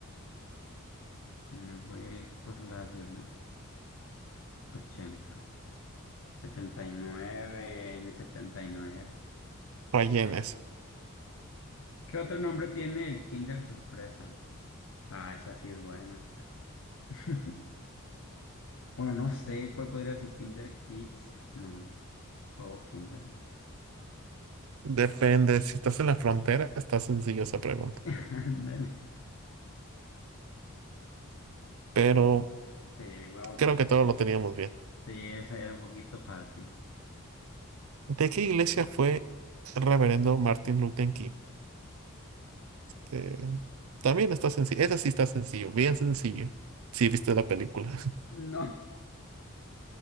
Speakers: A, on the left (about 65°); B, on the right (about 70°).
A: me voy a ir por la del ochenta. Setenta y nueve, en el 79.
B: Rellenes.
A: ¿Qué otro nombre tiene el Kinder Sorpresa? Ah, esa sí es buena. <laughs> Bueno, no sé cuál podría ser Kinder Kids. No, huevo Kinder.
B: Depende, si estás en la frontera, está sencillo esa pregunta.
A: <laughs> Ándale.
B: Pero
A: Sí, huevo
B: creo
A: Kinder.
B: que todos lo teníamos bien.
A: Sí, esa era un poquito fácil.
B: ¿De qué iglesia fue el reverendo Martin Luther King? De- También está sencillo. Esa sí está sencillo, bien sencillo. Si viste la película. <laughs>
A: No,